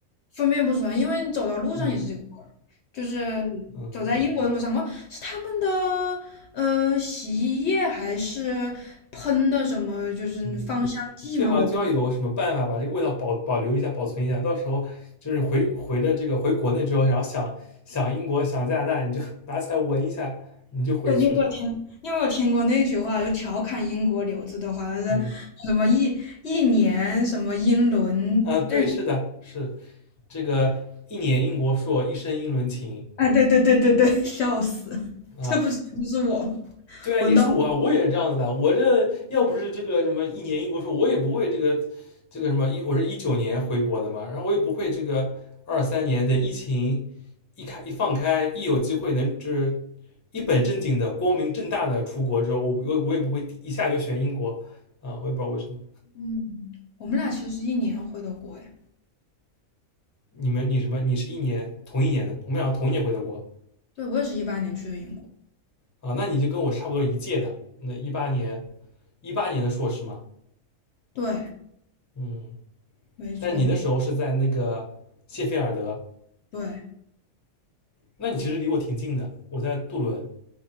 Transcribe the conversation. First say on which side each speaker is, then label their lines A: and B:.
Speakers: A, on the left; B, on the left.
A: 分辨不出来，因为走到路上也是这个味儿，
B: 嗯
A: 就是
B: 嗯，
A: 走在英国的路上，我是他们的呃洗衣液还是喷的什么，就是芳香剂吗？
B: 嗯，最好就要有什么办法把这个味道保保留一下、
A: 我不，
B: 保存一下。到时候就是回回了这个回国内之后，然后想想英国、想加拿大，你就 <laughs> 拿起来闻一下，你就回去了。
A: 对，你有没有听？你有没有听过那句话？就调侃英国留子的话，是
B: 嗯，
A: 什么一一年什么英伦？
B: 啊，对，
A: 哎
B: 是的，是这个一年英国硕，一生英伦情
A: 哎，对对对对对，笑死！<laughs>
B: 啊。
A: 这不是就是我吗
B: 对啊，
A: 闻到？
B: 也是我啊，我也是这样子的。我这要不是这个什么一年一国说，我也不会这个这个什么一，我是一九年回国的嘛，然后我也不会这个二三年的疫情一开一放开，一有机会能就是一本正经的、光明正大的出国之后，我我我也不会一下就选英国啊，我也不知道为什么。
A: 嗯，我们俩其实是一年回的国哎，
B: 你们你什么？你是一年同一年的，我们俩同一年回的国
A: 对，我也是一八年去的英国，
B: 啊，那你就跟我差不多一届的，那一八年一八年的硕士嘛，
A: 对，
B: 嗯。
A: 没错没。
B: 但你那时候是在那个谢菲尔德，
A: 对，
B: 那你其实离我挺近的，我在杜伦，